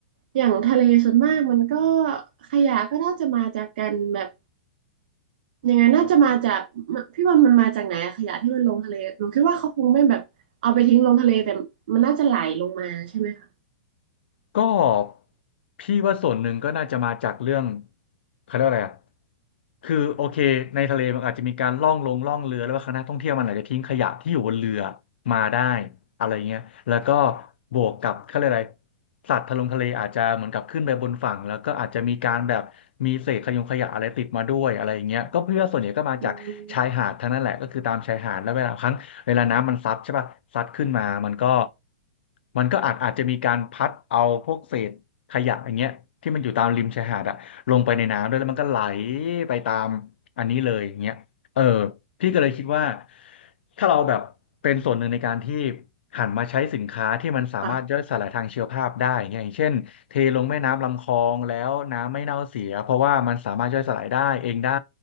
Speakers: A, on the right (about 55°); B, on the left (about 75°).
A: อย่างทะเลส่วนมากมันก็ขยะก็น่าจะมาจากกันแบบยังไงน่าจะมาจากพี่วันมันมาจากไหนอะขยะที่มันลงทะเลหนูคิดว่าเขาคงไม่แบบเอาไปทิ้งลงทะเลแต่มันน่าจะไหลลงมาใช่ไหมคะ
B: ก็พี่ว่าส่วนหนึ่งก็น่าจะมาจากเรื่องเขาเรียกว่าอะไรอ่ะคือโอเคในทะเลมันอาจจะมีการล่องลงล่องเรือแล้วว่าคณะท่องเที่ยวมันอาจจะทิ้งขยะที่อยู่บนเรือมาได้อะไรเงี้ยแล้วก็บวกกับเขาเรียกอะไรสัตว์ทะลงทะเลอาจจะเหมือนกับขึ้นไปบนฝั่งแล้วก็อาจจะมีการแบบมีเศษขยงขยะอะไรติดมาด้วยอะไรเงี้ยก็เพื่อส่วนใหญ่ก็มาจากชายหาดทั้งนั้นแหละก็คือตามชายหาดแล้วเวลาครั้ง
A: อืม
B: เวลาน้ำมันซัดใช่ป่ะซัดขึ้นมามันก็มันก็อาจอาจจะมีการพัดเอาพวกเศษขยะอย่างเงี้ยที่มันอยู่ตามริมชายหาดอะลงไปในน้ำด้วยแล้วมันก็ไหลไปตามอันนี้เลยอย่างเงี้ยเออพี่ก็เลยคิดว่าถ้าเราแบบเป็นส่วนหนึ่งในการที่หันมาใช้สินค้าที่มันสามารถย่อยสลายทางชีวภาพได้อย่างเงี้ยอย่างเช่นเทลงแม่น้ำลำคลองแล้วน้ำไม่เน่าเสียเพราะว่ามันสามารถย่อยสลายได้เองได้
A: ค่ะ